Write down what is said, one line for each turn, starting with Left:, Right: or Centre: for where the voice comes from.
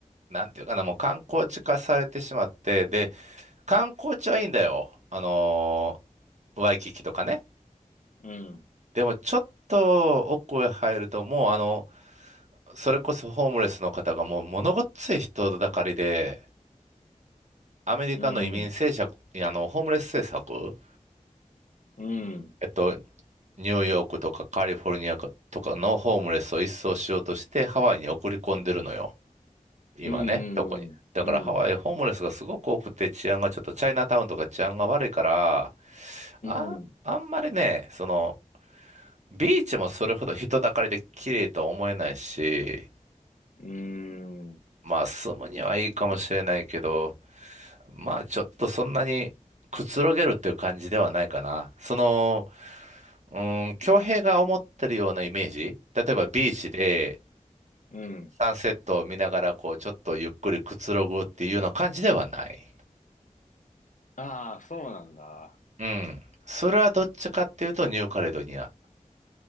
Right: う、なんていうかな、もう観光地化されてしまって、で、観光地はいいんだよ。あのーワイキキとかね。
Left: うん。
Right: でもちょっと奥へ入るともうあの、それこそホームレスの方がもう物ごっつい人だかりで、アメリカの移民政策、
Left: うん。
Right: いやあの、ホームレス政策、
Left: うん。
Right: えっと、ニューヨークとかカリフォルニアとかのホームレスを一掃しようとしてハワイに送り込んでるのよ。今ね、
Left: うん。
Right: どこに。だからハワイホームレスがすごく多くて治安がちょっとチャイナタウンとか治安が悪いから、
Left: うん。うん。うん。
Right: あ、あんまりね、その、ビーチもそれほど人だかりで綺麗とは思えないし、
Left: うん。
Right: まあ住むにはいいかもしれないけど、まあちょっとそんなにくつろげるっていう感じではないかな。その、うーん、恭平が思ってるようなイメージ例えばビーチで
Left: うん。
Right: サンセットを見ながらこうちょっとゆっくりくつろぐっていうような感じではない。
Left: ああ、そうなんだ。
Right: うん。それはどっちかっていうとニューカレドニア。